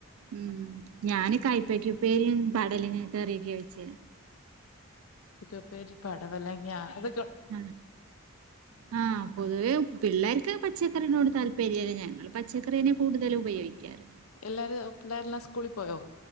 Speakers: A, on the right; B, on the left.
A: ഉം ഞാന് കായ്പക്കാ ഉപ്പേരി പടലിങ്ങ കറിയൊക്കെ വെച്ച
B: ഒക്കെ ഒരു പടവലങ്ങാ അതൊ
A: ആ ആഹ് പൊതുവേ പിള്ളേർക്ക് പറ്റ പച്ചക്കറിനോട് താല്പര്യമില്ല ഞങ്ങങ്ങള് പച്ചക്കറി തന്നെ കൂടുതലും ഉപയോഗിക്കാറ്
B: എല്ലാരും പിള്ളേരെല്ലാം സ്കൂളിൽ പോയോ